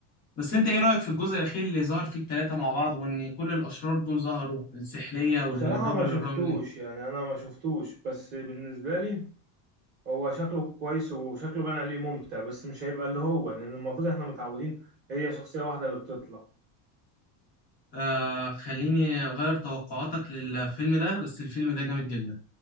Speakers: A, on the left (about 20°); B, on the right (about 25°).
A: بس انت ايه رأيك في الجزء الاخير اللي ظهر فيه الثلاثة مع بعض وان كل الاشرار دول ظهروا السحلية والراجل
B: بصراحة ما شفتوش
A: الرملي
B: يعني أنا ما شفتوش بس بالنسبة لي هو شكله كويس وشكله باين عليه ممتع بس مش هيبقى اللي هو لأن المفروض إحنا متعودين هي شخصية واحدة اللي بتطلع
A: آه خليني اغير توقعاتك للفيلم ده بس الفيلم ده جامد جدا